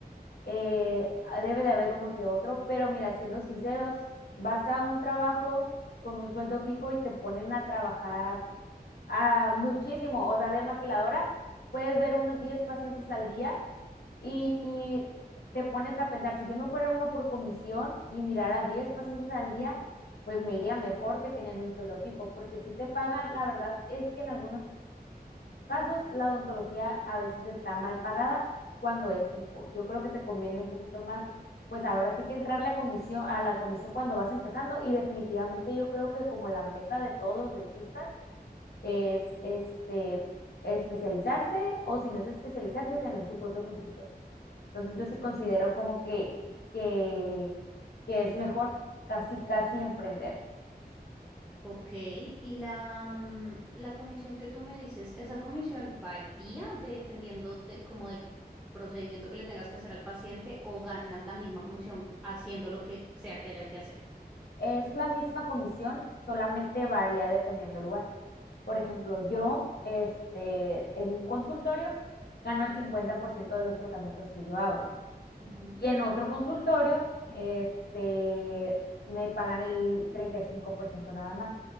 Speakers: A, on the left; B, in the centre.
A: eh, debe de haber uno que otro, pero mira, siendo sinceros, vas a un trabajo con un sueldo fijo y te ponen a trabajar a muchísimo, o sea, de maquiladora, puedes ver unos 10 pacientes al día y, y te pones a pensar, si yo me fuera uno por comisión y mirara 10 pacientes al día, pues me iría mejor que teniendo un sueldo fijo, porque si te pagan, la verdad es que en algunos casos, la odontología a veces está mal pagada cuando es fijo. Yo creo que te conviene un poquito más, pues ahora sí que entrarle a comisión, a la comisión cuando vas empezando y definitivamente yo creo que como la meta de todos los dentistas es este especializarse o si no es especializarse, tener su propio consultorio. Entonces yo sí considero como que, que, que es mejor casi, casi emprender.
B: Ok, y la, mm, la comisión que tú me dices, ¿esa comisión varía dependiendo de como del procedimiento que le tengas que hacer al paciente o ganas la misma comisión haciendo lo que sea que haya que hacer?
A: Es la misma comisión, solamente varía dependiendo del lugar. Por ejemplo, yo, este, en un consultorio gano el 50% de los tratamientos que yo hago.
B: Ujú,
A: Y en otro consultorio, este, me pagan el 35% nada más.